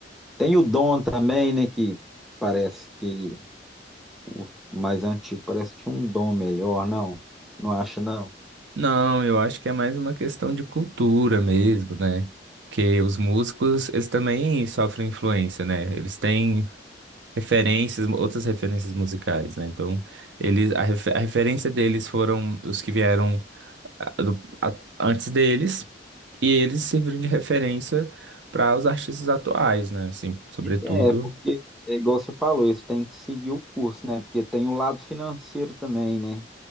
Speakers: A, in the centre; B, on the right.
A: Tem o Dom também, né? Que parece que O mais antigo parece que tinha um dom melhor, não? Você não acha, não?
B: Não, eu acho que é mais uma questão de cultura mesmo, né? Que os músicos, eles também sofrem influência, né? Eles têm referências, outras referências musicais, né? Então, eles, a, ref- a referência deles foram os que vieram a- do- a- antes deles, e eles serviram de referência para os artistas atuais, né? Assim, sobretudo,
A: É, porque é igual você falou, eles têm que seguir o curso, né? Porque tem o lado financeiro também, né?